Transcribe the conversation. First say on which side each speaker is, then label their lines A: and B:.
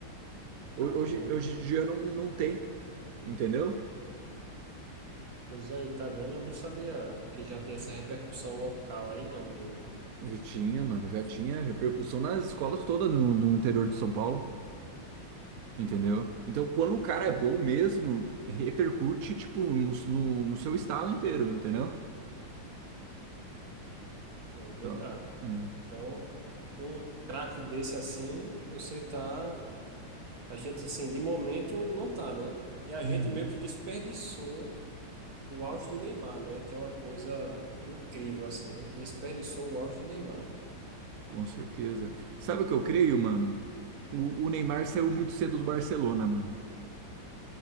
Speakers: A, on the right; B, on the right.
A: Ho-
B: Caramba.
A: Hoje, hoje em dia não, não tem, entendeu?
B: Pois aí, tá vendo? Eu não sabia que já tem essa repercussão local aí, não, dele.
A: Já tinha, mano, já tinha repercussão nas escolas todas no, no interior de São Paulo, entendeu? Então, quando o cara é bom mesmo, repercute, tipo, no, no, no seu estado inteiro, entendeu?
B: É verdade.
A: Então, é,
B: Então, um craque desse assim, você tá. A gente, assim, de momento não tá, né? E a
A: uhum,
B: gente meio que desperdiçou o auge de Neymar, né? Que é uma coisa incrível, assim. A gente desperdiçou o auge de Neymar.
A: com certeza. Sabe o que eu creio, mano? O, o Neymar saiu muito cedo do Barcelona, mano.